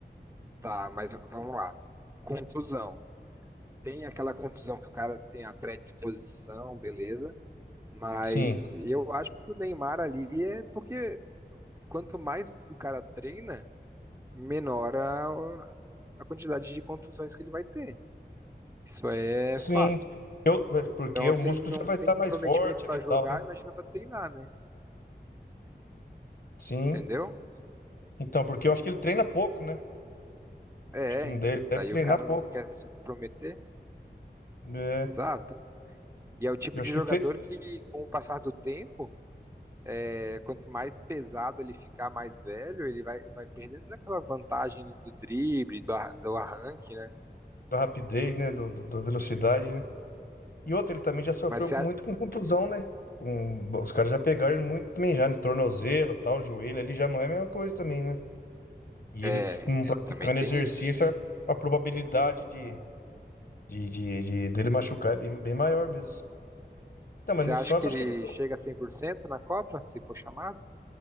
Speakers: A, on the right; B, on the left.
A: Tá, mas vamos lá. Contusão. Tem aquela contusão que o cara tem a predisposição, beleza? Mas
B: Sim,
A: eu acho que o Neymar ali é porque quanto mais o cara treina, menor a, a quantidade de contusões que ele vai ter. Isso é
B: sim.
A: fato.
B: Eu, porque
A: Então,
B: o
A: se
B: músculo
A: ele não
B: já vai
A: tem
B: estar
A: comprometimento
B: mais forte
A: para
B: ali e
A: jogar,
B: tal, né?
A: imagina para treinar, né?
B: Sim.
A: Entendeu?
B: Então, porque eu acho que ele treina pouco, né?
A: É,
B: Acho que não deve, deve
A: daí
B: treinar
A: o cara
B: pouco.
A: não quer se comprometer.
B: É,
A: Exato. E é o tipo
B: eu acho
A: de jogador
B: que tem
A: que, com o passar do tempo, é, quanto mais pesado ele ficar, mais velho, ele vai, vai perdendo aquela vantagem ali do drible, do, ar- do arranque, né?
B: da rapidez, né? Do, do- da velocidade. né? E outro, ele também já sofreu
A: Mas você,
B: com-
A: a-
B: muito com contusão, né? Um- os caras já pegaram ele muito também, já no tornozelo, tal, joelho, ali já não é a mesma coisa também, né? E
A: é,
B: ele não praticando
A: também tem
B: exercício,
A: isso.
B: a, a probabilidade de, de, de, de- dele machucar é bem, bem maior mesmo. Então, mas
A: Você
B: no
A: acha
B: Santos,
A: que ele
B: acho que ele.
A: chega a 100% na Copa, se for chamado?